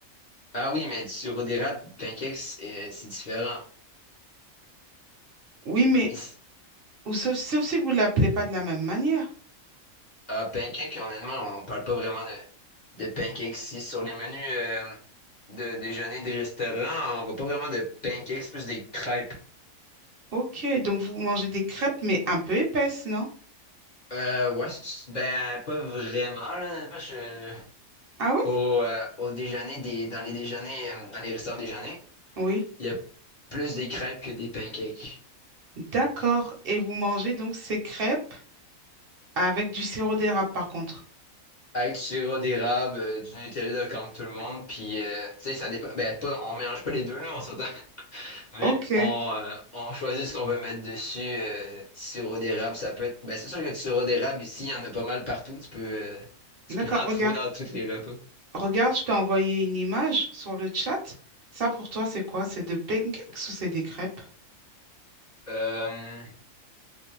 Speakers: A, on the left; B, on the right.
A: Ah oui, mais sur des d'érable, pancakes, euh, c'est différent.
B: Oui, mais
A: Ici-
B: ou sauf, sauf si vous l'appelez pas de la même manière.
A: ah, pancakes, honnêtement, on parle pas vraiment de, de pancakes ici. Sur les menus euh, de déjeuner des restaurants, on voit pas vraiment de pancakes, plus des crêpes.
B: Ok, donc vous mangez des crêpes mais un peu épaisses, non?
A: Euh, ouais, c'est- ben, pas vraiment, là. Honnêtement, je-
B: Ah oui?
A: au, euh, au déjeuner, des, dans les déjeuners, euh, dans les restaurants déjeuners,
B: Oui.
A: il y a plus des crêpes que des pancakes.
B: D'accord. Et vous mangez donc ces crêpes. Avec du sirop d'érable, par contre.
A: avec du sirop d'érable, euh, du Nutella comme tout le monde, puis euh, tu sais, ça dépend. Ben, pas, on mélange pas les deux, là, on s'entend. <laughs> Mais
B: Ok,
A: on, euh, on choisit ce qu'on veut mettre dessus. Euh, du sirop d'érable, ça peut être. Ben, c'est sûr que du sirop d'érable, ici, il y en a pas mal partout. Tu peux, euh, tu
B: d'accord,
A: peux <laughs> en
B: regarde.
A: trouver dans tous les repas.
B: Regarde, je t'ai envoyé une image sur le chat. Ça, pour toi, c'est quoi? C'est de pancakes ou c'est des crêpes?
A: Euh,